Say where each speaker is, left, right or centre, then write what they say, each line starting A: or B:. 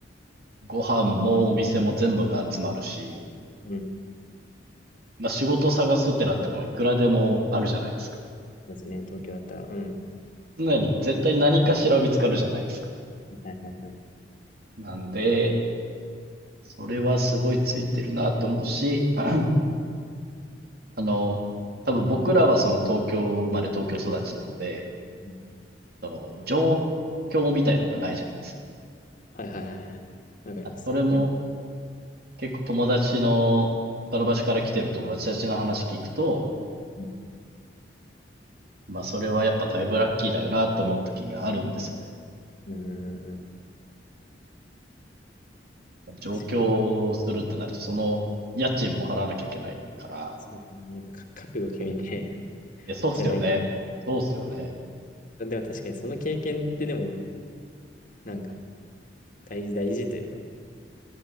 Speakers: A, on the right; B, on the left.
A: う、ご飯もお店も全部が集まるし、
B: うん。
A: まあ仕事探すってなってもいくらでもあるじゃないですか。
B: そうですね。東京だったら、うん。
A: 常に絶対何かしら見つかるじゃないですか。
B: はいはいはいはい。
A: なんで、それはすごいついてるなって思うし、<clears throat> あの、多分僕らはその東京生まれ東京育ちなんで、
B: うん。
A: その状況みたいのがないじゃないですか。
B: はいはいはいはい。わかります。
A: だからそれも
B: うん。
A: 結構友達の、他の場所から来てる友達たちの話聞くと、
B: う
A: まあそれはやっぱだいぶラッキーだよなって思う時があるんですよね。
B: ん。うんうんうんうん
A: 上京するってなると、
B: 確かに。
A: その家賃も払わなきゃいけないから、
B: そうね。か覚悟決めて
A: え、そうっすよね。
B: <laughs> じゃないけ
A: そうっすよね。
B: ど。でも確かにその経験ってでも、なんか大事大事というか、